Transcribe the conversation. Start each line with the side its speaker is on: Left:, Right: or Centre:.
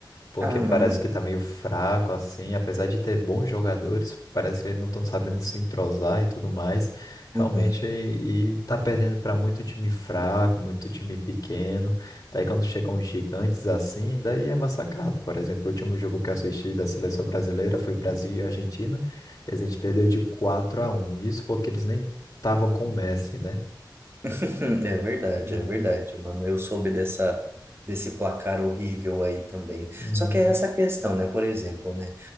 Left: porque
Right: Ah,
Left: parece
Right: mano.
Left: que tá meio fraco assim, apesar de ter bons jogadores, parece que eles não estão sabendo se entrosar e tudo mais. Realmente,
Right: Uhum.
Left: e, e tá perdendo para muito time fraco, muito time pequeno. Daí quando chegam os gigantes assim, daí é massacrado. Por exemplo, o último jogo que eu assisti da seleção brasileira foi Brasil e Argentina, e a gente perdeu de 4 a um. Isso porque eles nem estavam com o Messi, né?
Right: <laughs> Hum, É verdade,
Left: Uhum,
Right: é verdade, mano. Eu soube dessa, desse placar horrível aí também.
Left: uhum,
Right: Só que é essa questão, né? Por exemplo, né?